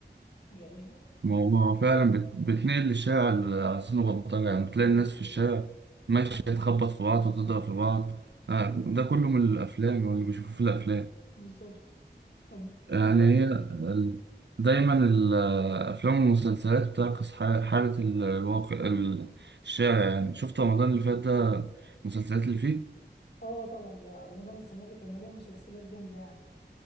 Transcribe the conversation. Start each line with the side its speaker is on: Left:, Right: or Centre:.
Left: ويعني
Right: ما هو ما هو فعلا بت- بتنقل الشارع على أساس بلطجة يعني بتلاقي
Left: بز-
Right: الناس في الشارع ماشية تخبط في بعض وتضرب في بعض آه،
Left: ب-
Right: ده كله من الأفلام واللي بيشوفوه في الأفلام
Left: بالظبط طب
Right: يعني
Left: بما
Right: هي ال- دايما الأفلام والمسلسلات بتعكس ح- حالة ال- الواقع ال- الشارع يعني شفت رمضان اللي فات ده المسلسلات اللي فيه
Left: اه طبعا ده رمضان السنه دي كان مليان مسلسلات جامده يعني